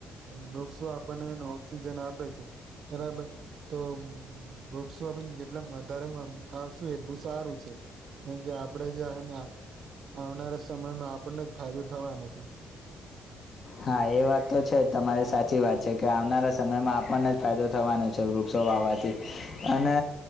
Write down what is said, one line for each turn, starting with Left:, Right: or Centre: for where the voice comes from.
Right: વૃક્ષો આપણને ઓક્સિજન આપે છે. બરાબર તો વૃક્ષો આપે જેટલા વધારે વાવશું એટલું સારું છે. કેમ કે આપડે જે હેના આવનારા સમયમાં આપણને જ ફાયદો થવાનો છે.
Left: હા એ વાત તો છે જ તમારે સાચી વાત છે. કે આવનારા સમયમાં આપને જ ફાયદો થવાનો છે વૃક્ષો વાવવાથી. અને